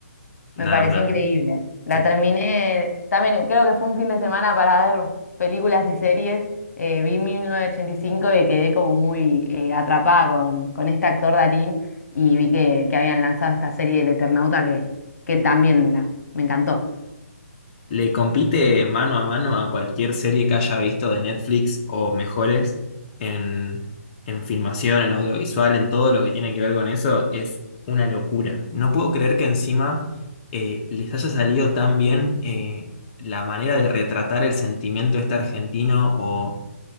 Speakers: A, on the left; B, on the left.
A: Nada,
B: me pareció
A: una,
B: increíble. La
A: sí.
B: terminé, también creo que fue un fin de semana para ver películas y series. Eh, vi 1985 y cinco y quedé como muy eh, atrapada con, con este actor Darín y vi que, que habían lanzado esta serie del Eternauta que, que también la, me encantó.
A: Le compite mano a mano a cualquier serie que haya visto de Netflix o mejores en, en filmación, en audiovisual, en todo lo que tiene que ver con eso. Es una locura. No puedo creer que encima eh, les haya salido tan bien eh, la manera de retratar el sentimiento este argentino o